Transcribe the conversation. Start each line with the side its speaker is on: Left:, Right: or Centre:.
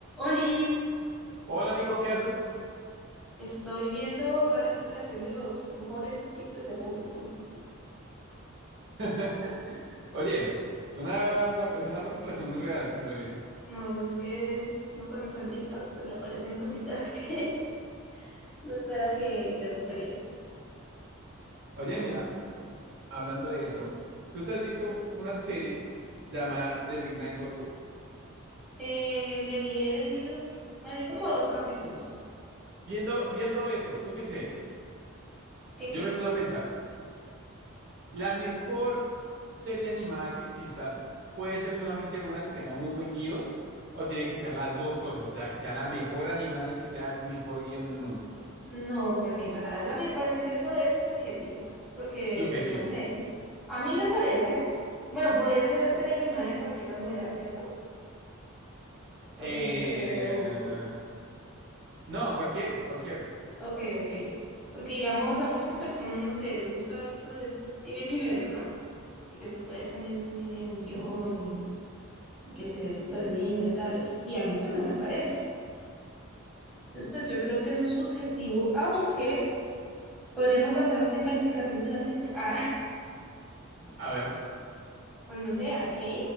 Centre: Oli,
Right: Hola Nico, ¿qué haces?
Centre: Estoy viendo una recopilación de los mejores chistes de Bob Esponja.
Right: <laughs> Oye, es una, bu- es una recopilación muy real, si me lo dices.
Centre: No, pues es que uno cuando está en TikTok, pues le aparecen cositas que <laughs> no sé, les gustarían.
Right: Oye, mira, y- hablando de eso, ¿tú te has visto una serie llamada The Midnight Gospel?
Centre: Eh, me vi el, me vi como dos capítulos.
Right: Viendo, viendo eso, ¿tú qué crees?
Centre: ¿Qué
Right: Yo
Centre: creo?
Right: me puse a pensar, la mejor serie animada que exista puede ser solamente una que tenga muy buen guión o tiene que ser las dos cosas, o sea, que sea la mejor animada y que sea el mejor guión del mundo.
Centre: No, pues mira, la verdad a mí me parece que eso es subjetivo, porque
Right: Subjetivo.
Centre: pues no sé. A mí me parece, bueno, podría ser serie animada de cualquier rango de edad, ¿cierto? O
Right: Eh,
Centre: tiene que ser de adultos.
Right: no, cualquier, cualquier.
Centre: Ok, ok. Porque digamos a muchas personas, no sé, les gusta esto de Steven Universe, ¿no? Y que supuestamente tiene un guión y, y que se ve súper lindo y tales. Y a mí pues no me parece. Entonces pues yo creo que eso es subjetivo, aunque podríamos basarnos en calificaciones de la crítica. Ah, <laughs>
Right: A ver,
Centre: pues no sé, Arcane